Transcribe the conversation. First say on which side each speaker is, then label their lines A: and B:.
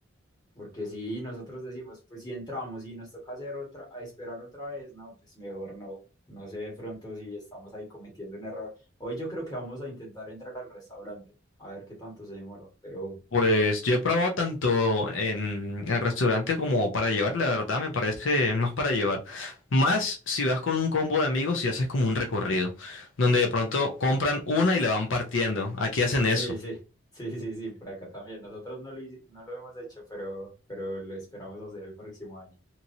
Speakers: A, on the left; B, on the left.
A: Porque si nosotros decimos, pues si entramos y nos toca hacer otra, a esperar otra vez, no, pues mejor no. No sé de pronto si estamos ahí cometiendo un error. Hoy yo creo que vamos a intentar entrar al restaurante, a ver qué tanto se demoran. Pero
B: Pues yo he probado tanto en el restaurante como para llevar, la verdad me parece más para llevar. Más si vas con un combo de amigos y haces como un recorrido, donde de pronto compran una y la van partiendo. Aquí hacen eso.
A: sí, sí, sí, sí, sí, por acá también. Nosotros no lo, hici- no lo hemos hecho, pero, pero lo esperamos hacer el próximo año.